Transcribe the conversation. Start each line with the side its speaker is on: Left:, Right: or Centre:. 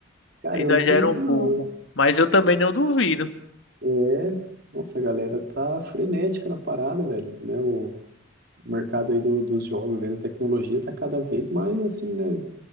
Right: Cara,
Left: exagera
Right: eu não duvido
Left: um pouco.
Right: não, hein?
Left: Mas eu também não duvido.
Right: É, nossa, a galera tá frenética na parada, velho, né? O mercado aí do, dos jogos, aí da tecnologia tá cada vez mais, assim, né?